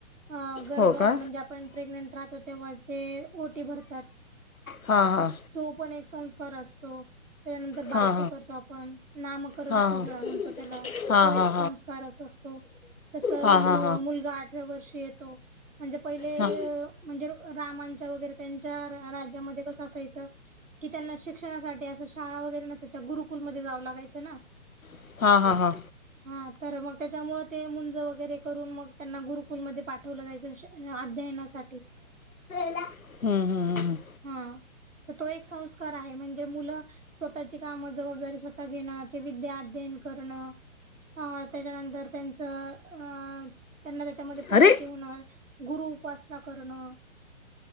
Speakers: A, on the right (about 70°); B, on the left (about 85°).
A: अ गर्भ
B: हो
A: म्हणजे
B: का
A: आपण प्रेग्नेंट राहतो तेव्हा जे ओटी भरतात
B: हा हा
A: तो पण एक संस्कार असतो त्यानंतर बारस
B: हा
A: करतो आपण नामकरण
B: हा हा हा
A: सोहळा म्हणतो त्याला
B: हा
A: तो
B: हा
A: एक संस्कार अस असतो तसं
B: हा हा हा
A: मुलगा आठव्या वर्षी येतो म्हणजे पहिले
B: हा
A: अ म्हणजे रामांच्या वगैरे त्यांच्या राज्यामध्ये -- कसं असायचं? कि त्यांना शिक्षणासाठी -- शाळा वगैरे नसायच्या. गुरुकुलमध्ये जाव लागायचं ना.
B: हा हा हा
A: हा. तर मग त्याच्यामु ते मुंज वगैरे करून मग -- त्यांना गुरुकुलमध्ये पाठवलं जायचं अध्ययनासाठी.
B: हम्म, हम्, हम्, हम.
A: हा. तर तो एक संस्कार आहे म्हणजे मुलं -- स्वतःची काम, जबाबदारी स्वतः घेणं ते विद्या अध्ययन करणं. अ त्याच्यानंतर त्यांचं अ त्यांना त्याच्यामध्ये प्रगती
B: अरे
A: होणार. गुरु उपासना करणं.